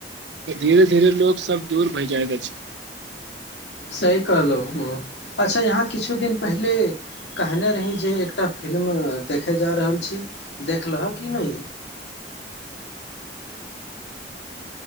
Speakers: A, on the right; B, on the left.
A: तऽ धीरे धीरे लोग सब दूर भै जायत अछि
B: सही कहलहुँ अच्छा यहाँ किछु दिन पहिले कहने रही जे एकटा फिलि्म देखय जा रहल छी देखलह कि नय